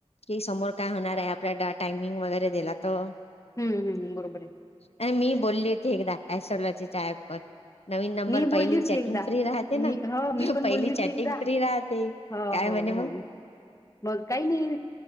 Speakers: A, on the left (about 70°); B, on the left (about 30°).
A: की समोर काय होणार आहे, आपल्या टायमिंग वगैरे दिला तर.
B: हम्म हम्म, बरोबर आहे.
A: नाही मी बोलली होती एकदा, एस्ट्रॉलॉजी च्या ऍप वर. नवीन नंबर
B: मी बोलली
A: पहिली
B: होती
A: चॅटिंग
B: एकदा
A: फ्री राहते ना.
B: मी हो मी पण
A: पहिली
B: बोलली होती
A: चॅटिंग
B: एकदा
A: फ्री राहते,
B: हो
A: काय
B: हो
A: म्हणे मग?
B: हो. मग काही नाही,